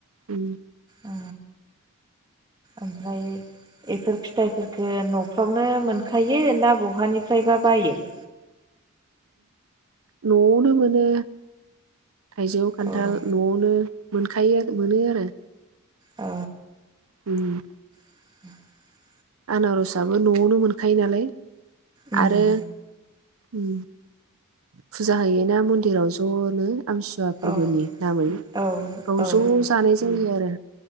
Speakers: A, on the right; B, on the right.
A: ओम।
B: ओ ओमफ्राय एफोर फिथाइफोरखो न'फ्रावनो मोनखायो ना बहानिफ्रायबा बायो? <inaudible>
A: न'आवनो मोनो थाइजौ खान्थाल
B: अ
A: न'आवनो मोनखायो मोनो आरो।
B: अ।
A: उम।
B: <inaudible>
A: आनारसाबो न'आवनो मोनखायो नालाय
B: उम
A: आरो ओम फुजा होयोना मन्दिराव ज'नो। आमथिसुवा फोरबोनि
B: औ
A: नामै
B: औ
A: बाव
B: औ ओ
A: ज' जानाय जायो आरो।